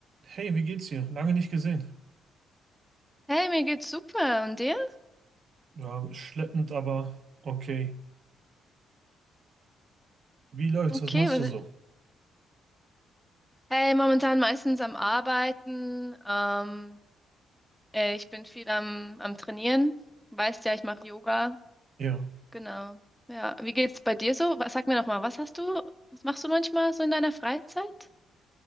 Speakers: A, on the right; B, in the centre.
A: Hey, wie geht's dir? Lange nicht gesehen.
B: Hey, mir geht's super. Und dir?
A: Ja, schleppend, aber okay. Wie läuft's?
B: Okay,
A: Was machst
B: was
A: du so?
B: ist... Hey, momentan meistens am Arbeiten. Ähm, äh, ich bin viel am, am Trainieren. Weißt ja, ich mache Yoga.
A: Ja,
B: Genau. Ja, wie geht's bei dir so? Was, sag mir noch mal, was hast du, was machst du manchmal so in deiner Freizeit?